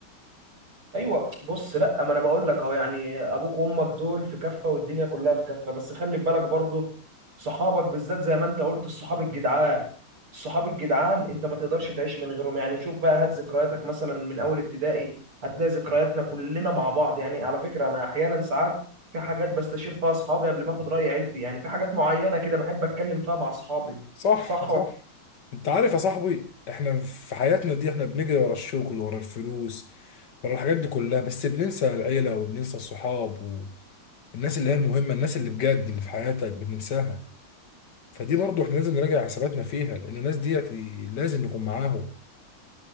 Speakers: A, on the right; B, on the left.
A: ايوه بص لا ما انا بقول لك اهو يعني ابوك وامك دول في كفه والدنيا كلها في كفه بس خلي بالك برضو صحابك بالذات زي ما انت قلت الصحاب الجدعان الصحاب الجدعان انت ما تقدرش تعيش من غيرهم يعني شوف بقى هات ذكرياتك مثلا من اول ابتدائي هتلاقي ذكرياتنا كلنا مع بعض يعني على فكره انا احيانا ساعات في حاجات بستشير فيها اصحابي قبل ما اخد راي عيلتي يعني في حاجات معينه كده بحب اتكلم فيها مع اصحابي
B: صح
A: صح
B: صح انت عارف يا صاحبي احنا في حياتنا دي احنا بنجري ورا الشغل ورا الفلوس ورا الحاجات دي كلها بس بننسى العيلة وبننسى الصحاب والناس اللي هي المهمة الناس اللي بجد اللي في حياتك بننساها فدي برضو احنا لازم نراجع حساباتنا فيها لان الناس ديت لازم نكون معاهم